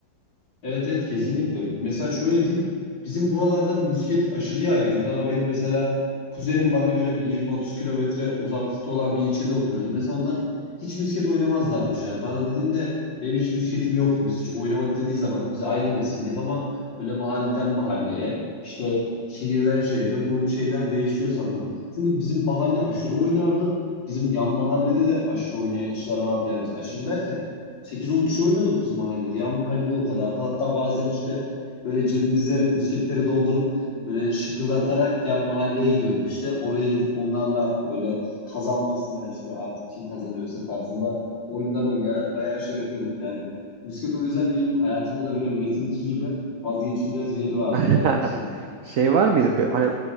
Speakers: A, on the left (about 85°); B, on the right (about 85°).
A: Evet evet kesinlikle. Mesela şöyle diyeyim. Bizim buralarda misket aşırı yaygındı ama benim mesela kuzenim bana göre bir 20-30 kilometre uzaklıkta olan bir ilçede oturuyordu. Mesela onlar hiç misket oynamazlarmış yani. Bana dediğinde benim hiç misketim yoktu. Biz hiç oynamadık dediği zaman biz aynı nesildik ama böyle mahalleden mahalleye işte şehirden şehire bu şeyler değişiyor sanırım. Çünkü bizim mahalle aşırı oynardı. Bizim yan mahallede de aşırı oynayan kişiler vardı yani biz aşırı derken 8-10 kişi oynuyorduk biz mahallede. Yan mahallede o kadardı. Hatta bazen işte böyle cebimize misketleri doldurup böyle şıkırdatarak yan mahalleye gidiyorduk işte. Oraya gidip onlarla böyle kazanmasına işte artık kim kazanıyorsa tarzında oyunlar oynayarak bayağı şey yapıyorduk yani. Misket o yüzden benim hayatımda da böyle Metin 2 gibi vazgeçilmez bir yeri vardır
B: <laughs>
A: yani misketin.
B: Şey var mıydı? Be- Hani